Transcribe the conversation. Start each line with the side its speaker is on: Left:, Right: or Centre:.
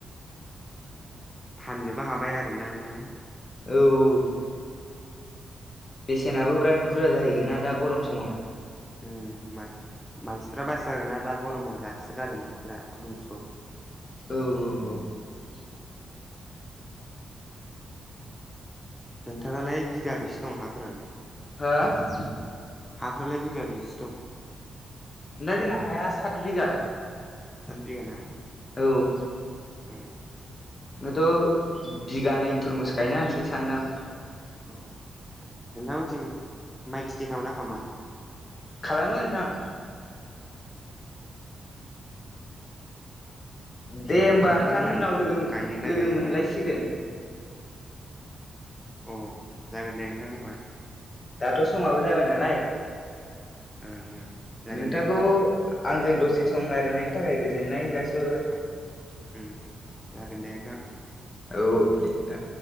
Centre: <inaudible> फाननोबो हाबाय आरोना नोंथां?
Left: औव, औव। बेसेनाबो बिराद बुरजा जाहैगोन ना दा गरम समाव
Centre: उम मा मानसिफ्रा बससारगोन ना दा गरमाव जासोगारो मानसिफ्रा थरमुसखौ
Left: औ औ औ
Centre: नोंथाङालाय बिगाबेसे दङ हाफोरालाय?
Left: नोंथां
Centre: फ्रालाय बिगाबेसे दं
Left: नोंथां जोंना हाया सात बिगा
Centre: सात बिगा ना
Left: औ
Centre: उम
Left: नाथ' बिगानै थुरमुस गायना होनसै सानदां
Centre: उम नोंथांमोनथिं माइ खिथि खालामो ना खालामा?
Left: खालामो नोंथां। दे होमबा
Centre: नोंथांमोनालाय
Left: नोंथां उनाव लोगोम
Centre: गायोना
Left: लोगो
Centre: गाया
Left: मोनलायसिगोन
Centre: माइ अ जागोन दे नोंथां होमबा
Left: दाथ' समाबो जाबाय नालाय
Centre: <unintelligible>
Left: नोंथांखौ
Centre: दे नोंथां
Left: आंजों दसे सम रायलायनायनि थाखाय गोजोननाय जासिहरबाय
Centre: उम जागोन दे नोंथां
Left: औ दे नोंथां